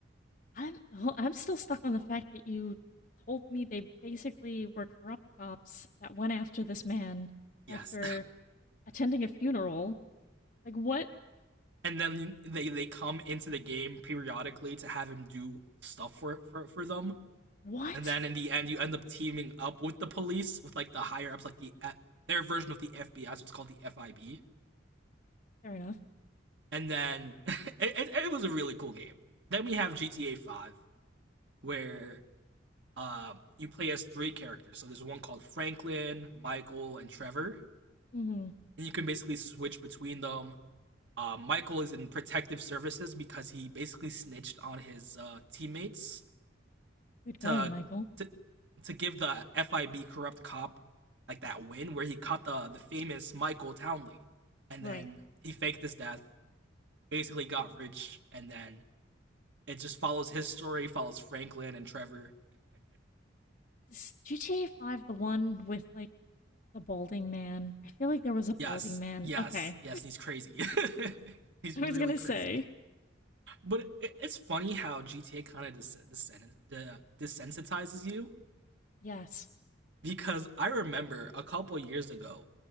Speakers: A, on the left; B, on the right.
A: I'm oh, I'm still stuck on the fact that you told me they basically were corrupt cops that went after this man
B: Yes,
A: after attending a funeral. Like, what?
B: and then they they come into the game periodically to have him do stuff for for for them,
A: What?
B: and then in the end you end up teaming up with the police with like the higher ups, like the uh, their version of the FBI, so it's called the FIB.
A: Fair enough.
B: And then <laughs> it, it, it was a really cool game. Then we have GTA Five, where uh, you play as three characters. So there's one called Franklin, Michael, and Trevor.
A: Mm-hmm.
B: And you can basically switch between them. Uh, Michael is in protective services because he basically snitched on his uh, teammates
A: Good
B: to,
A: going, Michael.
B: to to give the FIB corrupt cop like that win where he caught the the famous Michael Townley, and
A: Right.
B: then he faked his death, basically got rich, and then it just follows his story, follows Franklin and Trevor
A: Is GTA 5 the one with like the balding man? I feel like there was a balding
B: Yes,
A: man.
B: yes,
A: Okay.
B: yes. He's crazy. <laughs>
A: <laughs>
B: he's
A: I
B: really
A: was gonna
B: crazy.
A: say.
B: But it, it's funny how GTA kind of des- desen- de- desensitizes you
A: Yes.
B: because I remember a couple years ago,